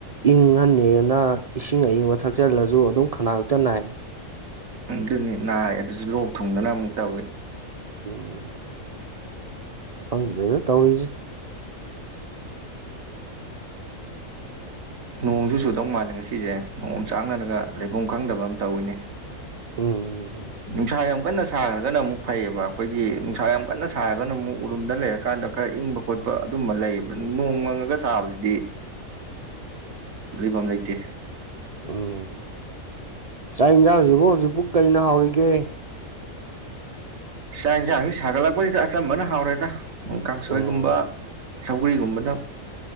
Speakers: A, on the right; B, on the right.
A: ꯏꯪꯍꯟꯅꯦꯅ ꯏꯁꯤꯡ ꯑꯏꯪꯕ ꯊꯛꯆꯜꯂꯁꯨ ꯑꯗꯨꯝ ꯈꯅꯥꯎ ꯍꯦꯛꯇ ꯅꯥꯏ
B: ꯑꯗꯨꯅꯤ ꯅꯥꯔꯦ ꯑꯗꯨꯁꯨ ꯂꯣꯛ ꯊꯨꯡꯗꯅ ꯑꯃꯨꯛ ꯇꯧꯏ
A: ꯎꯝ ꯈꯪꯗ꯭ꯔꯦꯗ ꯇꯧꯔꯤꯁꯦ
B: ꯅꯣꯡꯁꯨ ꯆꯨꯗꯧ ꯃꯥꯜꯂꯦ ꯉꯁꯤꯁꯦ ꯅꯣꯡ ꯑꯣꯝꯆꯥꯡꯅꯔꯒ ꯂꯩꯐꯝ ꯈꯪꯗꯕ ꯑꯃ ꯇꯧꯋꯤꯅꯦ
A: ꯎꯝ
B: ꯅꯨꯡꯁꯥ ꯌꯥꯝ ꯀꯟꯅꯥ ꯁꯥꯈ꯭ꯔꯒꯅ ꯑꯃꯨꯛ ꯐꯩꯌꯦꯕ ꯑꯩꯈꯣꯏꯒꯤ ꯅꯨꯡꯁꯥ ꯌꯥꯝ ꯀꯟꯅ ꯁꯥꯔꯒꯅ ꯑꯃꯨꯛ ꯎꯔꯨꯝꯗ ꯂꯩꯔꯀꯥꯟꯗ ꯈꯔ ꯏꯪꯕ ꯈꯣꯠꯄ ꯑꯗꯨꯝꯕ ꯂꯩꯌꯦꯕ ꯅꯣꯡ ꯃꯪꯉꯒ ꯁꯥꯕꯁꯤꯗꯤ ꯂꯩꯐꯝ ꯂꯩꯇꯦ
A: ꯎꯝ ꯆꯥꯛ ꯌꯦꯟꯁꯥꯡꯁꯤꯕꯨ ꯍꯧꯖꯤꯛꯐꯥꯎ ꯀꯩꯅ ꯍꯥꯎꯔꯤꯒꯦ
B: ꯆꯥꯛ ꯌꯦꯟꯁꯥꯡꯁꯤ ꯁꯥꯒꯠꯂꯛꯄꯁꯤꯗ ꯑꯆꯝꯕꯅ ꯍꯥꯎꯔꯦꯗ ꯀꯥꯡꯁꯣꯏꯒꯨꯝꯕ
A: ꯎꯝ
B: ꯁꯧꯒꯔꯤꯒꯨꯝꯕꯅ